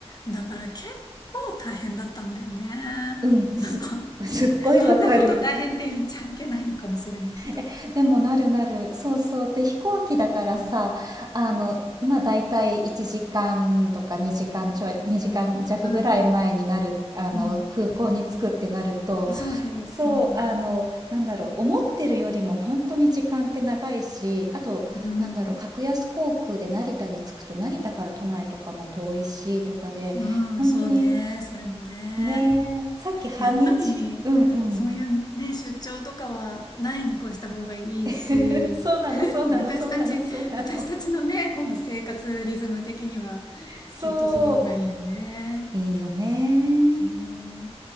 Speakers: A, on the left (about 40°); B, on the right (about 35°).
A: だから結構大変だったんだよね。
B: うん。
A: まあ、
B: すっ、
A: こ、
B: すっごいわかる。
A: <laughs> こんなこと大変って言っちゃいけないのかもしれないけど。
B: え、でもなるなる。そうそう。で、飛行機だからさ、
A: うん。
B: あの、まあ大体1時間とか2時間ちょい、2時間弱ぐらい前になる、
A: うん。
B: あの、
A: う
B: 空港に着くってなると、
A: んそうそう。
B: そう、
A: うん。
B: あの、なんだろう、思ってるよりも本当に時間って長いし、あと、
A: うん、
B: なんだろう、格安航空で成田に着くと、成田から都内とかも遠いし、とかで、
A: うん、
B: 本当に、
A: そうね、それもね。
B: ねえ、さっき半日、
A: やっぱり、
B: うんうん。
A: そういうね、出張とかはないに越した方がいいし、
B: <laughs> そうなの、
A: <laughs>
B: そうなの、
A: 私たち、
B: そうなの、そうなの。
A: 私たちのね、この生活リズム的には、
B: そ
A: きっとその方がいいよね。
B: う、いいよね。
A: うん